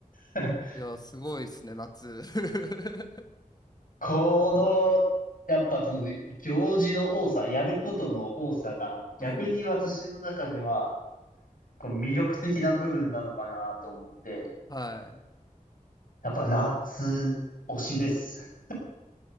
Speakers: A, on the left; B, on the left.
A: <laughs>
B: いや、すごいですね、夏。<laughs>
A: この、やっぱその行事の多さ、やることの多さが逆に私の中では
B: うん。
A: こう魅力的な部分なのかなと思って、
B: はい。
A: やっぱ夏推しです。